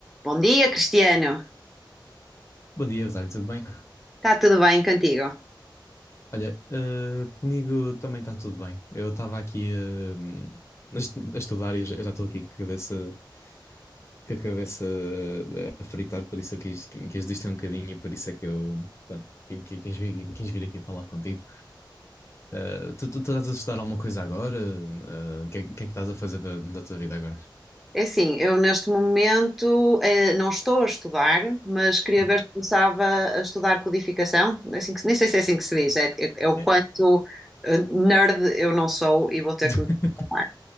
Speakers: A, in the centre; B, on the left (about 35°).
A: Bom dia, Cristiano.
B: Bom dia, Rosário, tudo bem?
A: Está tudo bem contigo?
B: Olha, eh, comigo também está tudo bem. Eu estava aqui eh, a est- a estudar e já- eu já estou aqui com a cabeça, com a cabeça eh, a fritar, por isso eu quis, quis distrair um bocadinho e por isso é que eu, pronto, qui- qui- quis vir, quis vir aqui falar contigo. Eh, tu, tu, tu estás a estudar alguma coisa agora? Eh, o que, é que é que estás a fazer da, da tua vida agora?
A: É assim, eu neste momento eh, não estou a estudar, mas queria
B: Uhum.
A: ver se começava a estudar codificação. É assim que- nem sei se é assim que se diz, é, é- é o quanto
B: É.
A: eh, nerd eu não sou e vou ter
B: <laughs>
A: que me transformar.